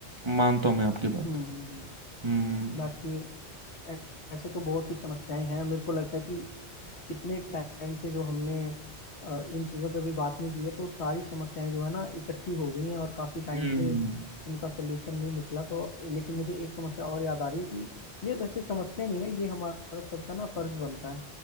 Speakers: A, on the right; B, on the left.
A: मानता हूँ मैं आपकी बात
B: हम्म हम्म, हम्म।
A: हम्म
B: बाकी ऐ- ऐसे तो बहुत सी समस्याएं हैं मेरे को लगता है कि कितने टाइम से जो हमने अ, इन चीज़ों पे भी बात नहीं की है तो सारी समस्याएं जो है ना इकट्ठी हो गई हैं और काफ़ी टाइम
A: हम्म
B: से उनका सोल्यूशन नहीं निकला तो लेकिन मुझे एक समस्या और याद आ रही है कि ये वैसे समस्या नहीं है ये हमारा सबका ना फर्ज बनता है